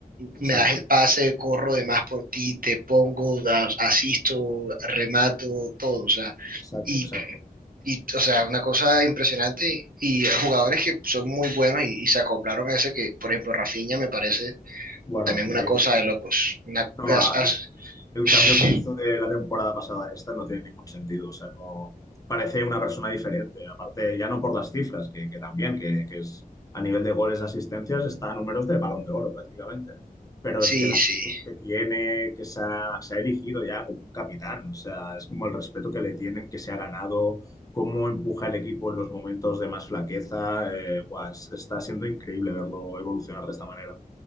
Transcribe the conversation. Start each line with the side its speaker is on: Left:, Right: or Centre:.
Left: exacto,
Right: me das el pase, corro de más por ti, te pongo, da- asisto, remato, todo, o sea.
Left: exacto,
Right: Y,
Left: exacto.
Right: y, o sea, una cosa impresionante y jugadores que son muy buenos y, y se acoplaron a ese que, por ejemplo, Rafinha me parece
Left: Bueno,
Right: también
Left: increíble.
Right: una cosa de locos. Una,
Left: No,
Right: as-
Left: ah,
Right: as-
Left: eh, El
Right: <sighs>
Left: cambio que hizo de la temporada pasada a esta no tiene ningún sentido. O sea, no parece una persona diferente. Aparte, ya no por las cifras, que, que también, que, que es a nivel de goles de asistencias, está a números de Balón de Oro prácticamente. Pero
Right: sí,
Left: es que la
Right: sí,
Left: actitud que tiene, que se ha, se ha erigido ya como un capitán. O sea, es como el respeto que le tienen, que se ha ganado, cómo empuja el equipo en los momentos de más flaqueza. Eh, buah, es- está siendo increíble verlo evolucionar de esta manera.